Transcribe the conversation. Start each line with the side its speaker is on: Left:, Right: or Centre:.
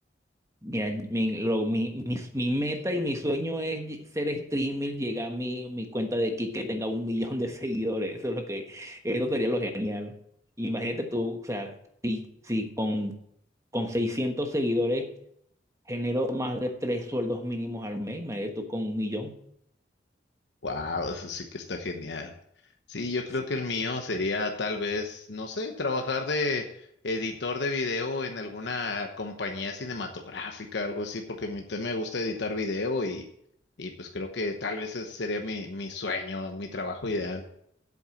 Right: Mira, mi, lo- mi, mi, mi meta y mi sueño es ll- ser streamer, llegar a mi, mi cuenta de Kik que tenga un millón de <laughs> seguidores. Eso es lo que, eso sería lo genial. Imagínate tú, o sea, si, si con, con 600 seguidores genero más de tres sueldos mínimos al mes, imagínate tú con un millón.
Left: Wow, eso sí que está genial. Sí, yo creo
Right: Sí.
Left: que el mío sería tal vez, no sé, trabajar de editor de video en alguna compañía cinematográfica, algo así, porque a mí también me gusta editar video y, y pues creo que tal vez ese sería mi, mi sueño, mi trabajo ideal. <laughs>